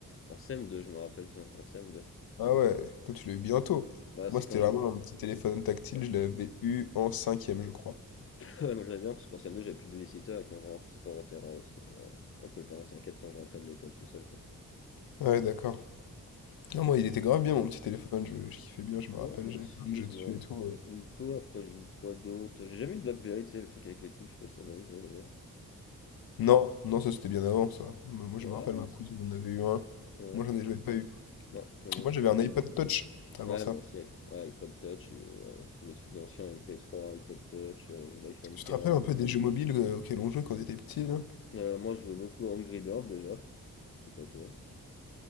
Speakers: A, on the left; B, on the left.
A: en CM2, je me rappelle, tiens, en CM2.
B: Ah ouais, toi, tu l'as eu bientôt.
A: Bah
B: Moi,
A: c'est
B: c'était
A: quand j'ai
B: vraiment
A: plus
B: un petit téléphone tactile.
A: Ouais,
B: Je l'avais eu en cinquième, je crois.
A: <laughs> ouais, moi j'avais bien parce qu'en CM2 j'avais plus de babysitter et quand je rentre, c'est pour, rentrer en- c'est pour euh, pas que mes parents s'inquiètent quand je rentrais de l'école tout seul quoi.
B: Ah Ouais, d'accord. Non, moi, il était grave bien, mon petit téléphone. Je, je kiffais bien, je me
A: Ouais,
B: rappelle.
A: moi
B: J'avais
A: aussi,
B: plein de jeux
A: j'ai
B: dessus
A: un
B: et tout. euh.
A: Wiko, après j'ai eu quoi d'autre? J'ai jamais eu de BlackBerry, tu sais, le truc avec les touches, je sais pas si t'en as eu toi d'ailleurs.
B: Non, non, ça, c'était bien avant, ça. Mais Moi, je
A: Ouais,
B: me rappelle,
A: non,
B: ma cousine
A: c'est-
B: en avait eu un.
A: ouais.
B: Moi, j'en ai j'avais pas eu.
A: Non, moi non
B: Moi,
A: plus.
B: j'avais un iPod Touch avant
A: Ouais,
B: ça.
A: moi aussi, avec ouais, iPod Touch, et, voilà, tous les trucs d'anciens, MP3, iPod Touch, euh, j'ai eu l'iPhone
B: Tu
A: 4.
B: te rappelles un peu des jeux mobiles euh, auxquels on jouait quand on était petit, là?
A: Euh, moi, je jouais beaucoup à Angry Bird déjà. Je sais pas toi.